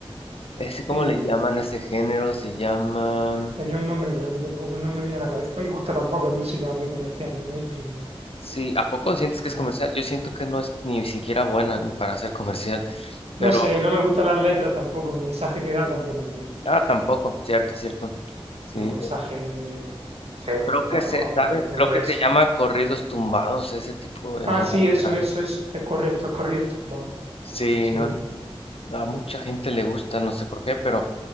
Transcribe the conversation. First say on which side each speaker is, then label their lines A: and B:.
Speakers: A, on the left; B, on the right.
A: ese, ¿cómo
B: sí,
A: le llaman a ese género? Se llama...
B: tenía un nombre, pero no- tampoco no me viene a la cabeza. No me gusta tampoco, es música muy comercial, muy mainstream, no,
A: Sí, ¿a poco sientes que
B: no.
A: es comercial? Yo siento que no es ni siquiera buena ni para ser comercial, pero...
B: No sé, no me gustan las letras tampoco, el mensaje que da tampoco me gusta.
A: Ah, tampoco, cierto, cierto. Sí,
B: Un mensaje feo
A: creo
B: para
A: que se,
B: los jóvenes
A: ¿sabes?
B: y todo
A: Creo que
B: eso.
A: se llama corridos tumbados, ese tipo de
B: Ah,
A: música.
B: sí, eso, eso, eso. Es correcto, es correcto. Va,
A: Sí,
B: Sí,
A: no, a mucha gente le gusta, no sé por qué, pero